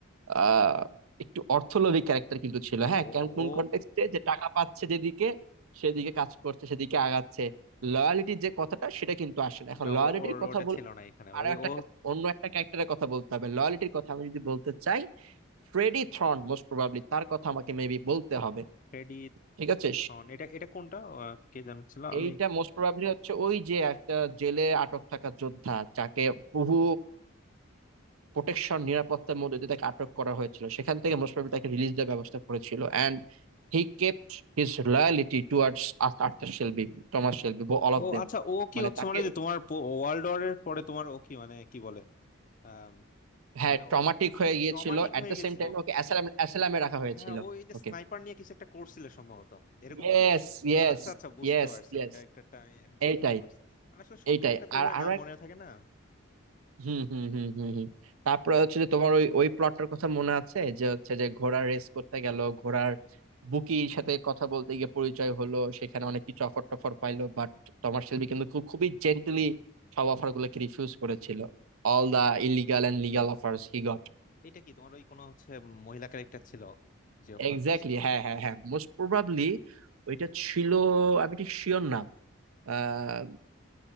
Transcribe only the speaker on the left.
হ্যাঁ
ও
ও
ও-
না
ওর ওর-
ওটা
ছিল না এখানে
ওই
ও
ফ্রেডি
থ্রন এটা এটা কোনটা আহ, কে জানছিল আমি
ও
আচ্ছা ও কি
হচ্ছে
মানে ওই যে তোমার ওয়ার্ল্ড ওয়ার এর পরে তোমার ও কি মানে কি বলে আম,
মানে
ও
ট্রমাটিক
হয়ে
গেছিল
হ্যাঁ ও এই যে
স্নাইপার নিয়ে কিছু একটা করছিল সম্ভবত এরকম
কি
আচ্ছা আচ্ছা বুঝতে
পারছি
ওর ক্যারেক্টারটা আমি এখন
চিনতে পারছি মানে আসলে সব
ক্যারেক্টার তো
এভাবে
নাম মনে থাকে না
এটা কি তোমার ওই কোনো হচ্ছে মহিলা ক্যারেক্টার ছিল যে অফার
করছে